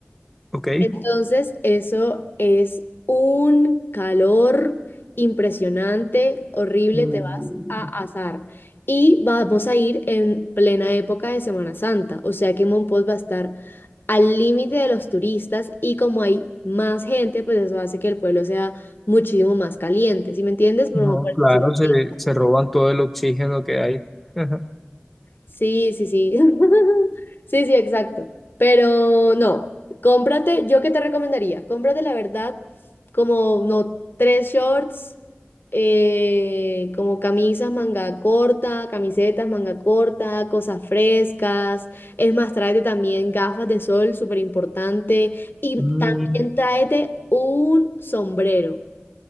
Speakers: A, in the centre; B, on the left (about 60°).
A: ¿Ok?
B: Entonces, eso es un calor impresionante, horrible,
A: Mm,
B: te vas a asar. Y vamos a ir en plena época de Semana Santa, o sea que Monpós va a estar al límite de los turistas y como hay más gente, pues eso hace que el pueblo sea muchísimo más caliente, ¿sí me entiendes?
A: No,
B: Como por
A: claro,
B: decirlo
A: se,
B: así,
A: se roban todo el oxígeno que hay. <laughs>
B: Sí, sí, sí. <laughs> Sí, sí, exacto. Pero no, cómprate, yo qué te recomendaría, cómprate la verdad como no tres shorts, eh, como camisas manga corta, camisetas manga corta, cosas frescas. Es más, tráete también gafas de sol, súper importante. Y
A: Mm,
B: también tráete un sombrero,